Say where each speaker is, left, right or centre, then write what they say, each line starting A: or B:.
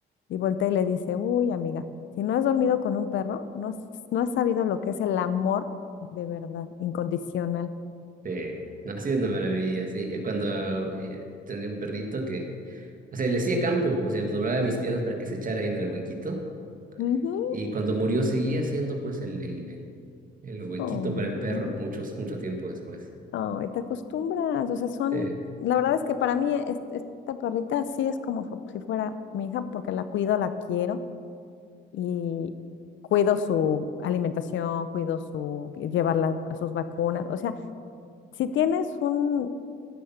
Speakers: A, on the left; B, on the right.
A: Y voltea y le dice, uy, amiga, si no has dormido con un perro, no, has- no has sabido lo que es el amor de verdad, incondicional.
B: Sí. No, ha sido una maravilla, sí. Eh, Cuando eh, tenía un perrito que, o sea, le hacía campo, o sea, doblaba mis piernas para que se echara ahí en el huequito.
A: Ujú.
B: Y cuando murió seguía haciendo pues el, el, el, el huequito
A: Oh,
B: para el perro
A: ujú.
B: muchos, mucho tiempo después.
A: Ay, te acostumbras, o sea, son,
B: Sí,
A: la verdad es que para mí es- esta perrita sí es como fu- si fuera mi hija porque la cuido, la quiero y cuido su alimentación, cuido su, llevarla a sus vacunas, o sea, si tienes un,